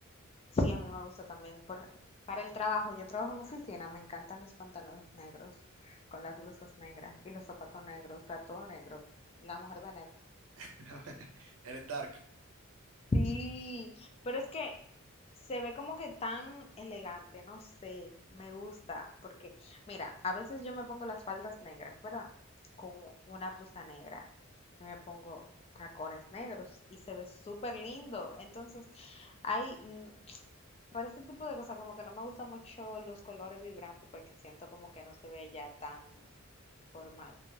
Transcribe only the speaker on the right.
<laughs> Eres dark,